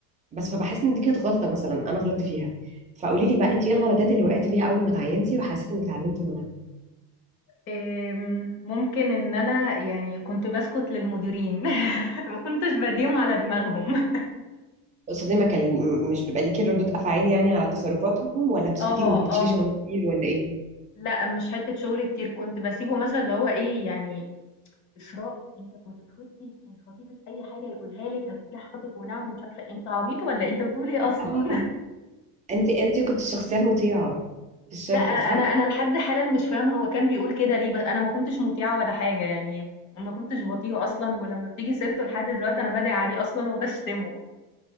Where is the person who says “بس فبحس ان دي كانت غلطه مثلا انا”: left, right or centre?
Right